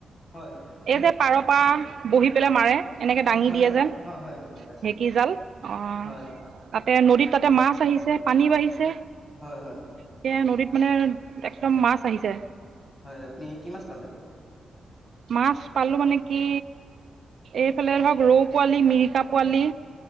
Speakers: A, on the left; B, on the right.
A: হয় হয়
B: এই যে পাৰৰ পৰা বহি পেলাই মাৰে। এনেকৈ দাঙি
A: হয়
B: দিয়ে
A: হয়
B: যে
A: অ হয় হয় গম পাইছো
B: ঢেঁকী জাল, অহ,
A: হয় হয়
B: তাতে নদীত তাতে মাছ আহিছে, পানী বাঢ়িছে।
A: হয় হয়।
B: সেয়া নদীত মানে একদম মাছ আহিছে।
A: হয় আপুনি কি মাছ পালে?
B: মাছ পালো মানে কি এইফালে ধৰক ৰৌ পোৱালি, মিৰিকা পোৱালি